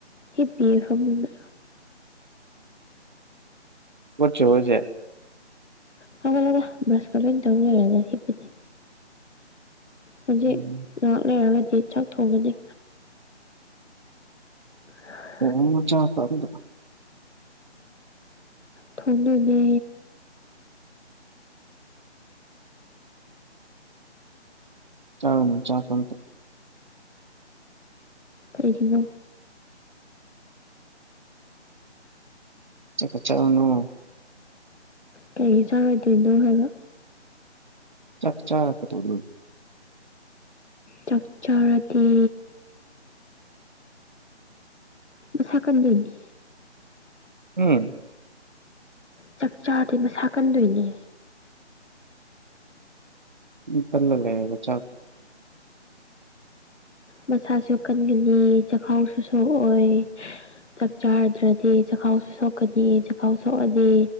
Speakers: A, on the left; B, on the right.
A: ꯍꯤ ꯄꯤꯌꯦ ꯐꯃꯨꯡꯗ
B: ꯍꯧꯒꯠꯇ꯭ꯔꯤꯕꯣ ꯍꯥꯢꯖꯦ
A: ꯍꯧꯒꯠꯂꯦꯗ ꯕ꯭ꯔꯁꯀ ꯂꯣꯏꯅ ꯇꯧꯅꯔꯦꯗ ꯍꯤꯞꯄꯅꯦ ꯍꯧꯖꯤꯛ
B: ꯎꯝ
A: ꯉꯥꯏꯍꯥꯛ ꯂꯩꯔꯒꯗꯤ ꯁꯥꯛ ꯊꯣꯡꯒꯅꯤ ꯎꯝ
B: ꯍ ꯆ ꯀꯗ
A: ꯊꯣꯡꯅꯅꯦ
B: ꯆꯥꯔꯨꯅꯨ ꯆꯥꯛꯀ ꯑꯝꯇ
A: ꯑꯩꯒꯤꯅꯣ
B: ꯆꯀ ꯆꯔꯨꯅꯣ
A: ꯀꯩꯒꯤ ꯆꯥꯔꯣꯏꯗꯣꯢꯅꯣ ꯍꯥꯏꯕ
B: ꯆꯥꯛ ꯆꯥꯛ ꯀ ꯇꯧ
A: ꯆꯥꯛꯆꯔꯗꯤ ꯏꯁꯥꯀꯟꯗꯣꯏꯅꯦ
B: ꯎꯝ
A: ꯆꯥꯛꯆꯥꯥꯗꯤ ꯃꯁꯥ ꯀꯟꯗꯣꯏꯅꯦ
B: ꯎ ꯀꯜꯂꯂ ꯆꯥ
A: ꯃꯁꯥꯁꯨ ꯀꯟꯒꯅꯤ ꯆꯈꯥꯎꯁꯨ ꯁꯣꯛꯑꯣꯢ ꯆꯥꯛ ꯆꯥꯔꯗ꯭ꯔꯗꯤ ꯆꯥꯛꯈꯥꯎꯁꯨ ꯁꯣꯛꯀꯅꯤ ꯆꯈꯥꯎ ꯁꯣꯛꯑꯅꯤ